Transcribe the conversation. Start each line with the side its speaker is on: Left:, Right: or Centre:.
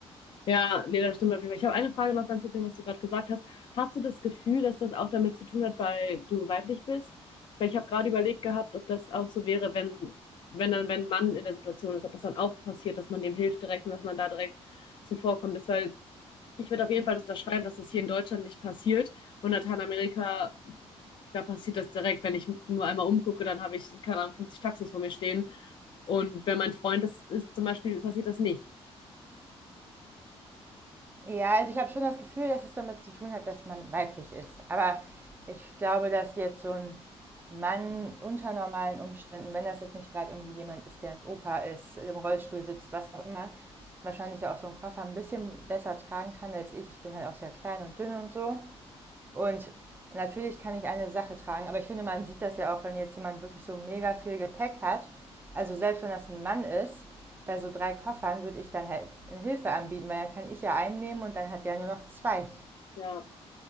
Left: ja, nee, das stimmt. auf jeden Fall. Ich habe eine Frage noch ganz kurz, was du gerade gesagt hast. Hast du das Gefühl, dass das auch damit zu tun hat, weil du weiblich bist? Weil ich habe gerade überlegt gehabt, ob das auch so wäre, wenn, wenn dann, wenn ein Mann in der Situation ist, ob das dann auch passiert, dass man dem hilft direkt und dass man da direkt zuvorkommt ist, weil ich würde auf jeden Fall das unterschreiben, dass das hier in Deutschland nicht passiert und Lateinamerika da passiert das direkt. Wenn ich nur einmal umgucke, dann habe ich, keine Ahnung, 50 Taxis vor mir stehen. Und wenn mein Freund das ist, zum Beispiel, passiert das nicht.
Right: Ja, also ich habe schon das Gefühl, dass es damit zu tun hat, dass man weiblich ist. Aber ich glaube, dass jetzt so ein Mann unter normalen Umständen, wenn das jetzt nicht gerade irgendwie jemand ist, der ein Opa ist, im Rollstuhl sitzt, was auch immer, wahrscheinlich auch so einen Koffer ein bisschen besser tragen kann als ich. Ich bin halt auch sehr klein und dünn und so. Und natürlich kann ich eine Sache tragen, aber ich finde, man sieht das ja auch, wenn jetzt jemand wirklich so mega viel Gepäck hat. Also selbst wenn das ein Mann ist, bei so drei Koffern würde ich dann halt eine Hilfe anbieten, weil dann kann ich ja einen nehmen und dann hat der nur noch zwei.
Left: Ja.